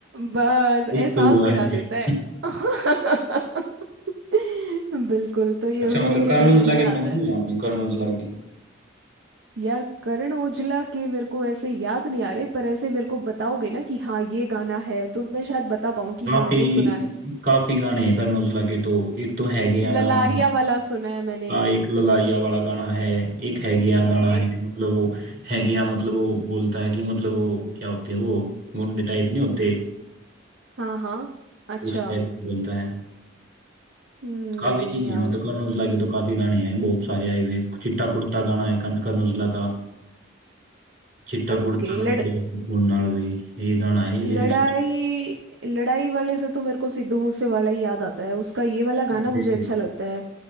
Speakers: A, on the right; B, on the right.
A: बस
B: कुछ
A: एहसास
B: तो हुआ
A: करा
B: है
A: देता
B: <laughs>
A: है <laughs> बिल्कुल तो ये
B: अच्छा
A: उसी
B: मतलब
A: कैटेगरी
B: कर्नोजला
A: में
B: के
A: आता
B: सॉन्ग सुने
A: है
B: हैं आपने कर्नोजला के
A: यार करण ओजला के मेरे को ऐसे याद नहीं आ रहे पर ऐसे मेरे को बताओगे ना कि हाँ ये गाना है तो मैं शायद बता पाऊँ कि
B: काफी
A: हाँ मैंने सुना है
B: काफी गाने हैं करण औजला के तो एक तो है गया
A: ललारिया
B: गाना
A: वाला सुना है मैंने
B: का एक ललारिया वाला गाना है एक है गया
A: है
B: गाना है मतलब वो है गया मतलब वो बोलता है कि मतलब वो क्या होते हैं वो गुंडे टाइप नहीं होते
A: हाँ हाँ अच्छा
B: उस टाइप बोलता है
A: नहीं
B: काफी चीजें
A: यार
B: हैं मतलब करण औजला के तो काफी गाने हैं बहुत सारे आए हुए हैं चिट्टा कुर्ता गाना है करण करण औजला का चिट्टा
A: ओके
B: कुर्ता
A: लड़
B: लंबे नाल वे ये गाना है ये
A: लड़ाई
B: लिरिक्स
A: लड़ाई वाले से तो मेरे को सिद्धू मूसे वाला ही याद आता है उसका ये वाला गाना
B: अरे
A: मुझे अच्छा लगता है